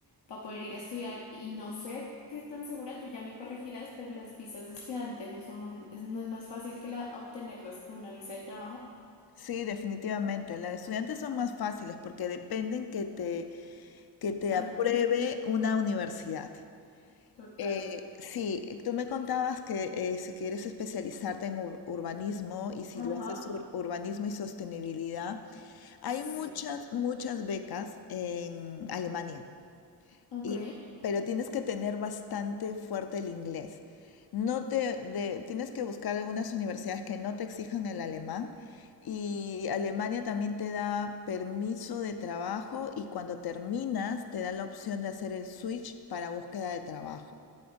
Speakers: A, on the left; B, on the left.
A: para poder ir a estudiar y no sé qué tan segura, tú ya me corregirás, pero las visas de estudiante no son, es- no es más fácil que la, obtenerlas que una visa de trabajo,
B: Sí, definitivamente. Las de estudiantes son más fáciles porque dependen que te, que te
A: admito.
B: apruebe una universidad.
A: Total.
B: Eh, sí, tú me contabas que eh, si quieres especializarte en ur- urbanismo y si lo
A: Ajá.
B: haces ur- urbanismo y sostenibilidad, hay
A: Sí.
B: muchas, muchas becas en Alemania
A: Ok.
B: y, pero tienes que tener bastante fuerte el inglés. No te, de- tienes que buscar algunas universidades que no te exijan el alemán y Alemania también te da permiso de trabajo y cuando terminas te da la opción de hacer el switch para búsqueda de trabajo.